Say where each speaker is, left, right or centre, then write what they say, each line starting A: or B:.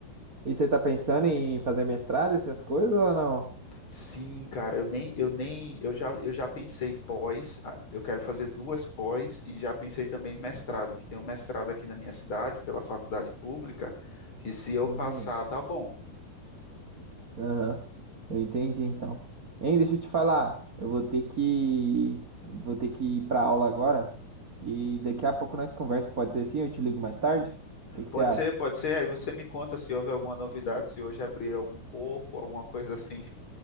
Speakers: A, on the right; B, on the left.
A: E você tá pensando em fazer mestrado, essas coisas ou não?
B: Sim, cara, eu nem, eu nem, eu já, eu já pensei pós, ah, eu quero fazer duas pós e já pensei também em mestrado, que tem um mestrado aqui na minha cidade, pela faculdade pública, que se eu
A: Uhum.
B: passar, dá bom.
A: Aham, eu entendi então. Hein, deixa eu te falar, eu vou ter que vou ter que ir para aula agora e daqui a pouco nós conversa, pode ser assim? Eu te ligo mais tarde? O que que
B: Pode
A: você acha?
B: ser, pode ser, aí você me conta se houve alguma novidade, se hoje abrir algum corpo, alguma coisa assim.